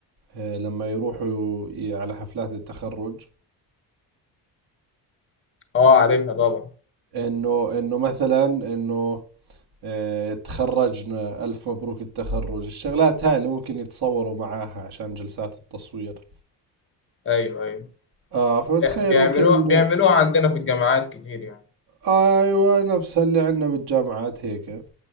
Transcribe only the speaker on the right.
آه لما يروحوا ي- على حفلات التخرج
إنه إنه مثلا إنه آه، تخرجنا ألف مبروك التخرج الشغلات هاي اللي ممكن يتصوروا معاها عشان جلسات التصوير
آه فبتخيل
ممكن
أيوة نفسها اللي عندنا بالجامعات هيك